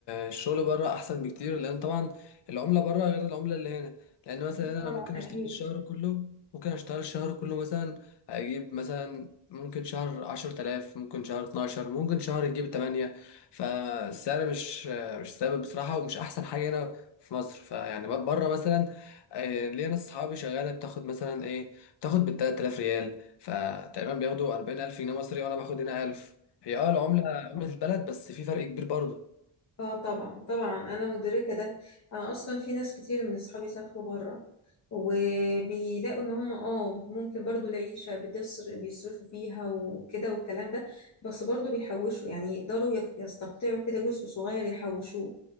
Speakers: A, on the left; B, on the left.
A: الشغل بره أحسن بكتير لأن طبعا العملة بره غير العملة اللي هنا لأن مثلا هنا أنا
B: طبعا
A: ممكن
B: أكيد
A: أشتغل الشهر كله ممكن أشتغل الشهر كله مثلا أجيب مثلا ممكن شهر عشرة آلاف ممكن شهر اتناشر ممكن شهر يجيب تمانية فالسعر مش مش ثابت بصراحة ومش أحسن حاجة هنا في مصر فيعني بره مثلا آه، ليا ناس صحابي شغالة بتاخد مثلا إيه بتاخد بالتلات آلاف ريال فتقريبا بياخدوا أربعين ألف جنيه مصري وأنا باخد هنا ألف هي اه العملة عملة البلد بس في فرق كبير برضه
B: اه طبعا طبعا انا مدركه ده انا اصلا في ناس كتير من اصحابي سافروا بره وبيلاقوا ان هم اه ممكن برضو العيشه بتصر بيصرفوا فيها وكده والكلام ده بس برضو بيحوشوا يعني يقدروا يك- يستقطعوا كده جزء صغير يحوشوه